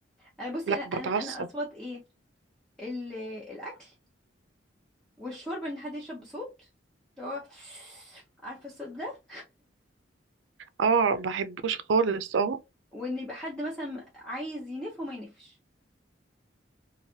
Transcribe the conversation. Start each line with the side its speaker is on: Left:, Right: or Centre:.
Centre: انا بصي
Right: لا
Centre: انا انا
Right: بتعصب
Centre: انا اصوات ايه ال- الاكل والشرب ان حد يشرب بصوت اللي هو عارفه الصوت ده
Right: اه بحبوش خالص اه
Centre: وان يبقى حد مثلا عايز ينف وما ينفش